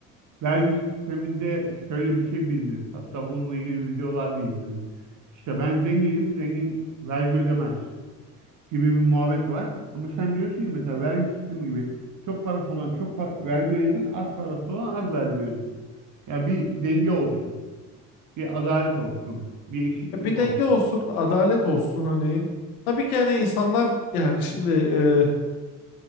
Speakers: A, on the right (about 40°); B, on the left (about 60°).
A: vergi sisteminde şöyle bir şey bilinir. Hatta bununla ilgili videolar da izledim. İşte ben zenginim. Zengin vergi ödemez. gibi bir muhabbet var. Ama sen diyorsun ki mesela vergi sistemi gibi çok parası olan çok pa- vergi ödesin, az parası olan az vergi ödesin. Ya bir denge olsun, bir adalet olsun, bir eşitlik
B: Ya bir
A: olsun.
B: denge olsun, adalet olsun hani. Tabii ki hani insanlar yani şimdi e,